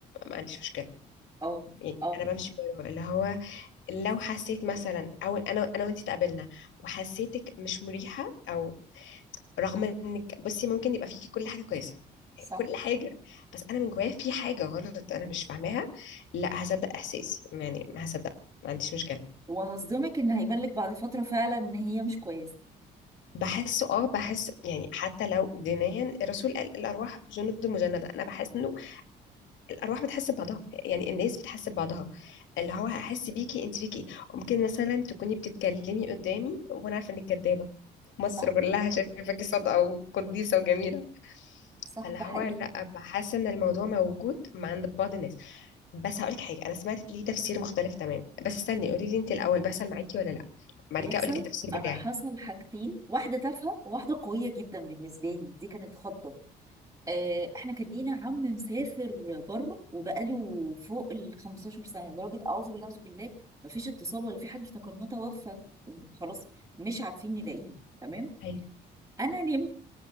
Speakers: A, on the left; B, on the right.
A: ما عنديش مشكله
B: اه
A: يعني
B: اه
A: انا بمشي وراه اللي هو لو حسيت مثلا او انا انا وانت تقابلنا وحسيتك مش مريحه او رغم انك بصي ممكن يبقى فيكي كل حاجه كويسه
B: صح
A: يعني كل حاجه بس انا من جوايا في حاجه غلط انا مش فاهماها لا هصدق احساسي يعني ما هصدقه ما عنديش مشكله
B: وهصدمك ان هيبان لك بعد فتره فعلا ان هي مش كويسه
A: بحسه اه بحس يعني حتى لو دينيا الرسول قال الارواح جند مجنده انا بحس انه الارواح بتحس ببعضها يعني الناس بتحس ببعضها اللي هو هحس بيكي انت فيكي ايه ممكن مثلا تكوني بتتكلمي قدامي وانا عارفه انك كدابه مصر
B: صح
A: كلها شايفاكي صادقه وقديسه وجميله
B: صح
A: فاللي
B: ده
A: هو
B: حقيقي
A: لا بحس ان الموضوع موجود مع عند بعض الناس بس هقولك حاجه انا سمعت ليه تفسير مختلف تمام بس استني قولي لي انت الاول بيحصل معاكي ولا لا بعد
B: بيحصل
A: كده اقولك التفسير
B: انا
A: بتاعي
B: حصل حاجتين واحده تافهه وواحده قويه جدا بالنسبه لي دي كانت خضه آه، احنا كان لينا عم مسافر بره وبقاله فوق ال 15 سنه لدرجه اعوذ بالله اعوذ بالله مفيش اتصال ولا في حاجه افتكرناه توفى وخلاص مش عارفين نلاقيه تمام
A: ايوه
B: انا نمت